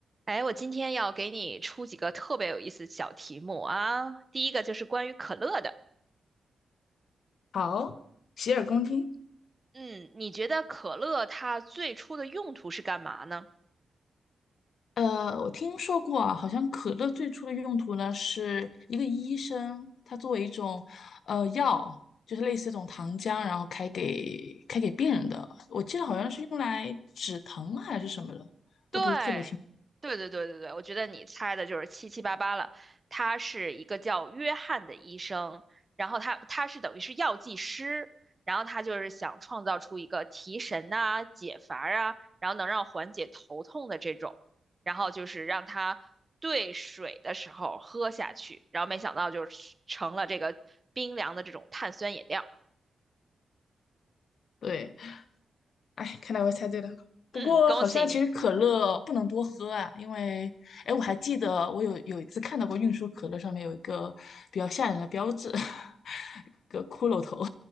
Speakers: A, on the right; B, on the left.
A: 哎，我今天要给你出几个特别有意思的小题目啊。第一个就是关于可乐的，
B: 好，洗耳恭听。
A: 嗯，你觉得可乐它最初的用途是干嘛呢？
B: 呃，我听说过啊，好像可乐最初的用途呢，是一个医生，他作为一种呃药，就是类似一种糖浆，然后开给开给病人的。我记得好像是用来止疼啊还是什么的，都不是特别清楚。
A: 对，对对对对对，我觉得你猜的就是七七八八了。他是一个叫约翰的医生，然后他他是等于是药剂师，然后他就是想创造出一个提神呐、解乏啊，然后能让缓解头痛的这种，然后就是让他兑水的时候喝下去，然后没想到就是成了这个冰凉的这种碳酸饮料。
B: 对，哎，看来我猜对了。
A: 嗯，
B: 不过好像其实可乐不能多喝啊，
A: 恭喜你。
B: 因为哎，我还记得我有有一次看到过运输可乐上面有一个比较吓人的标志，<laughs> 一个骷髅头。